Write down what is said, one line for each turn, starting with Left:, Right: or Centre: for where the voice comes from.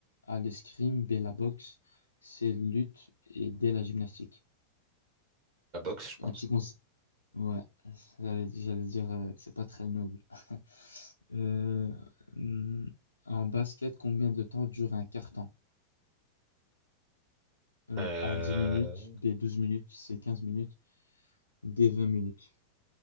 Left: A l'escrime, B la boxe, C lutte et D la gymnastique.
Right: La boxe, je pense.
Left: Un petit conseil. Ouais, j'allais j'allais dire, euh, c'est pas très noble. <laughs> Euh, hmm, en basket, combien de temps dure un carton? Euh,
Right: Euh,
Left: A 10 minutes, B 12 minutes, C 15 minutes, D 20 minutes.